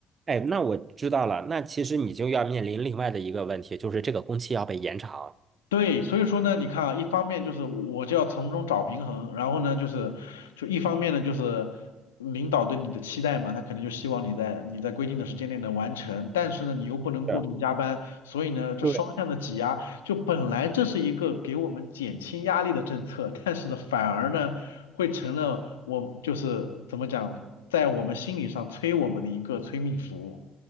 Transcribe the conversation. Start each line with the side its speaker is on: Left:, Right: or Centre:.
Right: 哎，那我知道了。那其实你就要面临另外的一个问题，就是这个工期要被延长。
Left: 对，所以说呢，你看啊，一方面就是我就要从中找平衡，然后呢，就是就一方面呢，就是领导对你的期待嘛，他肯定就希望你在你在规定的时间内能完成，但是呢，你又不能过度加班，
Right: 对
Left: 所以呢，这双向的挤压，
Right: 对，
Left: 就本来这是一个给我们减轻压力的政策，但是呢，反而呢，会成了我就是怎么讲，在我们心理上催我们的一个催命符，